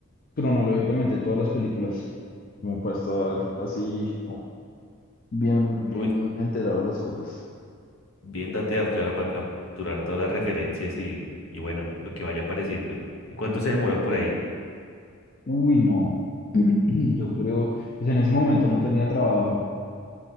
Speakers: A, on the left; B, on the left.
A: cronológicamente todas las películas, como para estar así, no, bien,
B: uy,
A: bien enterado de las cosas.
B: bien dateado, claro, para capturar todas las referencias y, y bueno, lo que vaya apareciendo. ¿Y cuánto se demoró por ahí?
A: Uy, no. <clears throat> Yo creo, pues en ese momento no tenía trabajo.